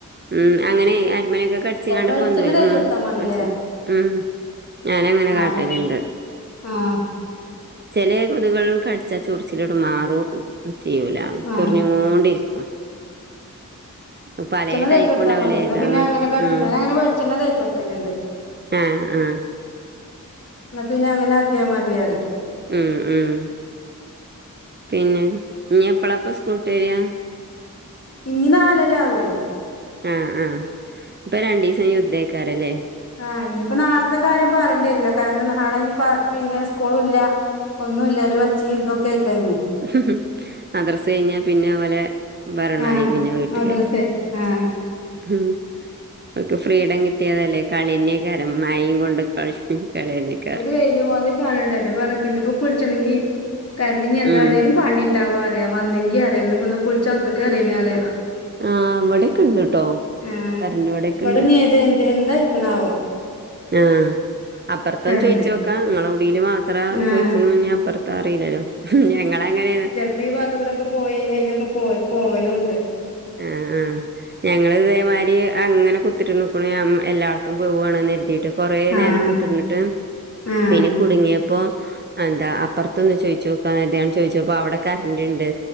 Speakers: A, on the right; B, on the left.
A: ഉം അങ്ങനെ അരമനയൊക്കെ കടിച്ചങ്ങാണ്ട്
B: വെളിച്ചെണ്ണ
A: പോന്തും വരും
B: തേച്ച്
A: മ്
B: കൊടുത്താ മതില്ലേ
A: വെളിച്ചെണ്ണ മ് ഞാന അങ്ങനെ കാട്ടലുണ്ട്
B: ആഹ് ആഹ്
A: ചെലേ കൊതുകൾ കടിച്ചാ ചൊറിച്ചിലൊട്ട് മാറും ചെയ്യൂല
B: ആഹ്
A: ചൊറിഞ്ഞുങ്ങോണ്ടിരിക്കും. <unintelligible>
B: തേച്ചു കൊടുത്താൽ
A: ഉണ്ടാവൂലേ
B: മതി ന്നാ
A: ഏതാന്ന്
B: പിന്നെ അങ്ങനെ കടിച്ച
A: ഉം
B: <unintelligible> വെളിച്ചെണ്ണ തേച്ചുകൊടുക്കലുണ്ട്.
A: ആഹ് ആഹ്
B: എന്ന പിന്നെ അങ്ങനെയാക്കിയ മതിയാറ്
A: ഉം ഉം പിന്നെ ഇനി എപ്പളപ്പ സ്കൂളട്ട് വരിയാ?
B: ഇനി നാലരആവുവേ.
A: ആഹ് ആഹ് ഇപ്പൊ രണ്ടീസം <unintelligible> ക്കാറല്ലേ
B: ആഹ് ഇനിയിപ്പോ നാളത്തെ കാര്യം പറയേണ്ടി വരില്ല, കാരണം നാളെ ഇനിപ്പ പിന്നെ സ്കൂളൂല്ല ഒന്നുല്ലാരെ <unintelligible> ഇതൊക്കെ ആയികയിഞ്ഞു.
A: ഹും ഹും മദ്രസ കയിഞ്ഞാൽ പിന്നെ ഓലെ ഭരണമായി
B: ആഹ്
A: പിന്നെ വീട്ടില്
B: മദ്രസേ ആഹ്
A: ഉം ഓക്ക് ഫ്രീഡം കിട്ടിയതല്ലേ കളീ <unintelligible> മായയും കൊണ്ട് <unintelligible> നിക്കാറ്.
B: വെയിലും <unintelligible> ആ കാണണ്ടെ പറഞ്ഞന്നയിപ്പോ കുളിച്ചണെങ്കി കറണ്ടിനി എന്താ
A: ഉം
B: എവിടെേലും പണി ഉണ്ടാവാ അറിയാം വന്നെങ്കി അറിയാം <unintelligible> അറിയാം
A: ആഹ് ഇവിടെക്കെണ്ട്ട്ടോ
B: ആഹ്
A: കരണ്ട് ഇവിടെക്കെണ്ട്
B: ഇവിടെ ഇനി ഏത് എന്ത് എന്താ ഇക്കണാവോ
A: ആഹ് അപ്പുറത്തന്ന്
B: കറന്റ്
A: ചോയിച്ചു നോക്കാം നിങ്ങള ഉടീല് മാത്ര
B: ആഹ്
A: പോയിക്കണുന്ന് ഇനി അപ്പറത്ത- അത് അറീല്ലല്ലോ, ഞങ്ങള് അങ്ങനെയാണ്
B: ഇപ്പൊ ഈ ഭാഗത്തൂടെക്ക പോയി അയിലൊക്കെ പോ പോകലും ഉണ്ട്
A: ആഹ് ആഹ് ഞങ്ങള് ഇതേമാരി അങ്ങനെ കുത്തിട്ട് നോക്കണ എല്ലായിടത്തും പോവാണ്ന്ന് കരുതിയിട്ട് കൊറേ
B: ആഹ്
A: നേരം കുത്തിർന്നിട്ട്
B: ആഹ്
A: പിന്നെ കുടുങ്ങിയ- പ്പൊ എന്താ അപ്പുറത്തൊന്ന് ചോദിച്ചുനോക്കാന്ന് കരുതി ചോദിച്ചപ്പോ അവിടെ കറണ്ട്ണ്ട്